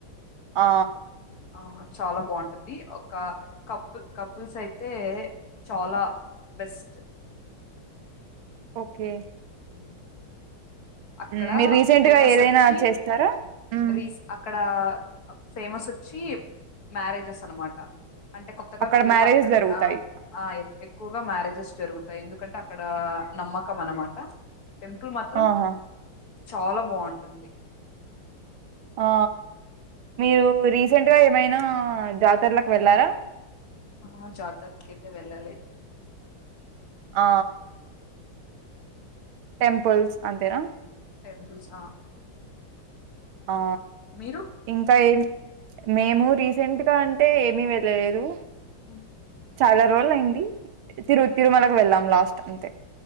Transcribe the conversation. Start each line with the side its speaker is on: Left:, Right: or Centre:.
Right: ఆ
Left: ఆ చాలా బాగుంటుంది ఒక కప్పు కపుల్స్ అయితే చాలా బెస్ట్
Right: ఓకే
Left: అవును అక్కడ
Right: హ్మ్. మీరు రీసెంట్
Left: ఫేమస్
Right: గా ఏదైనా
Left: వచ్చి
Right: చేస్తారా మ్మ్
Left: రీస్ అక్కడ ఫేమస్ వచ్చి మ్యారేజెస్ అన్నమాట అంటే కొత్తగా
Right: అక్కడ
Left: పెళ్ళిలు
Right: మ్యారేజెస్
Left: అక్క
Right: జరుగుతాయి
Left: ఆ ఆ ఎ ఎక్కు వగా మ్యారేజెస్ జరుగుతాయి ఎందుకంటె అక్కడ నమ్మకం అనమాట అ టెంపుల్ మాత్రం
Right: ఆహా
Left: చాలా బాగుంటుంది
Right: ఆ మీరు వూరి రీసెంట్ గా ఏమైనా జాతరలకు వెళ్లారా
Left: ఆ జాతరకైతే వెళ్ళలేదు
Right: ఆ టెంపుల్స్ అంతేనా
Left: టెంపుల్స్ ఆ
Right: ఆ
Left: మీరు
Right: ఇంకా ఏం మేము రీసెంట్గా అంటే ఏమి వెళ్ళలేదు
Left: అను
Right: చాలా రోజులైంది తిరు తిరుమలకు వెళ్ళం లాస్ట్ కష్టమంతే